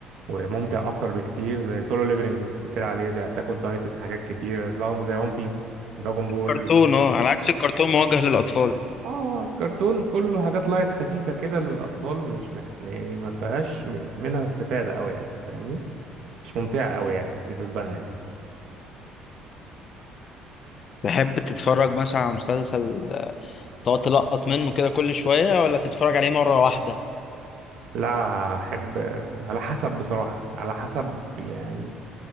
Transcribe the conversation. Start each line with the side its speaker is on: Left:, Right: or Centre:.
Right: وممتع اكتر بكتير زي سولو ليفلنج اللي قلت لي عليه زي اتاك اون تايتن حاجات كتير لا زي ون بيس دراجون بول
Left: كرتون أه على عكس الكرتون موجه للأطفال
Right: اه كرتون كله حاجات لايت خفيفه كده للاطفال مش مح... يعني ما فيهاش م- منها استفاده قوي يعني فاهمني مش ممتعه قوي يعني بالنسبه لنا يعني
Left: تحب تتفرج مثلا على مسلسل آه، تقعد تلقط منه كده كل شوية ولا تتفرج عليه مرة واحدة؟
Right: لا احب على حسب بصراحه على حسب يعني